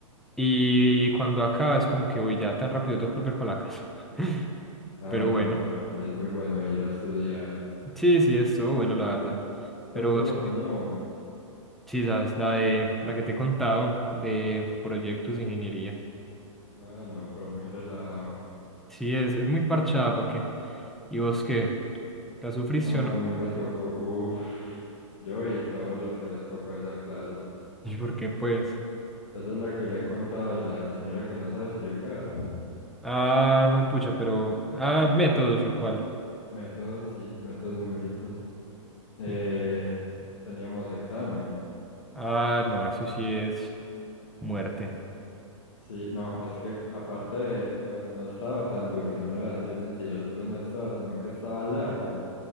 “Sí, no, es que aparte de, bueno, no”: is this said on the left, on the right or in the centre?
Left